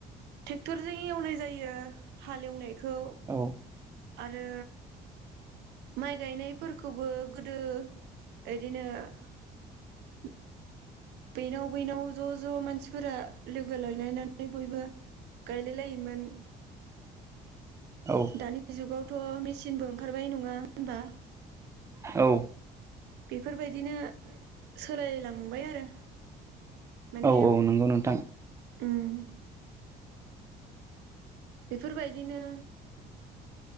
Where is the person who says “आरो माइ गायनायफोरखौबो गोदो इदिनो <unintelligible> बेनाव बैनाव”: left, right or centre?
Right